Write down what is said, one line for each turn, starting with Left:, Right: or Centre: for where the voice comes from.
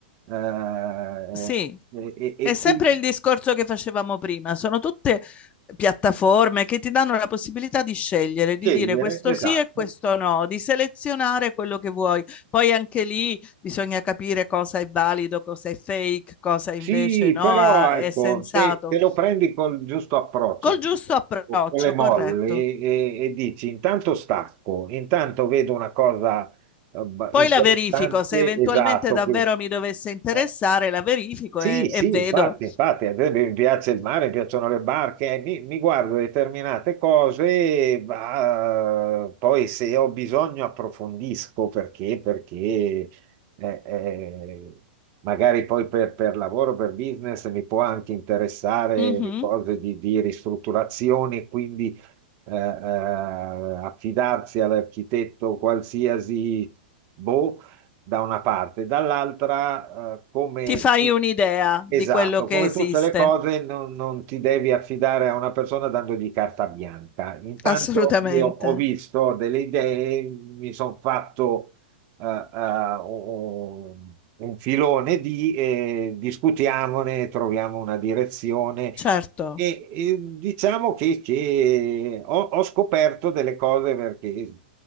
Right: eh, eh,
Left: sì,
Right: e, e- e
Left: è sempre
Right: qui
Left: il discorso che facevamo prima, sono tutte piattaforme che ti danno la possibilità di scegliere, di
Right: scegliere,
Left: dire questo
Right: esatto,
Left: sì e questo no, di selezionare quello che vuoi. Poi anche lì bisogna capire cosa è valido, cosa è fake, cosa invece
Right: Sì,
Left: no,
Right: però
Left: ha-
Right: ecco,
Left: è sensato.
Right: se te lo prendi col giusto approccio,
Left: Col giusto approccio,
Right: o con le molle
Left: corretto.
Right: e, e dici intanto stacco, intanto vedo una cosa eh, ba-
Left: Poi
Right: interessante,
Left: la verifico, se eventualmente
Right: esatto,
Left: davvero
Right: che,
Left: mi dovesse interessare,
Right: eh,
Left: la verifico
Right: sì,
Left: e,
Right: sì,
Left: e vedo.
Right: infatti, infatti, a me mi piace il mare, mi piacciono le barche, eh, mi, mi guardo determinate cose, ma eh, poi se ho bisogno approfondisco perché, perché eh, eh, magari poi per, per lavoro, per business mi può anche interessare
Left: Mhm.
Right: cose di, di ristrutturazione, quindi eh, eh, affidarsi all'architetto qualsiasi. Boh, da una parte, dall'altra, eh, come
Left: Ti fai un'idea di
Right: esatto,
Left: quello che
Right: come
Left: esiste.
Right: tutte le cose, non, non ti devi affidare a una persona dandogli carta bianca. Intanto
Left: Assolutamente.
Right: io ho visto delle idee, mi sono fatto eh, un un filone di, eh, discutiamone, troviamo una direzione.
Left: Certo.
Right: E, e diciamo che, che ho, ho scoperto delle cose perché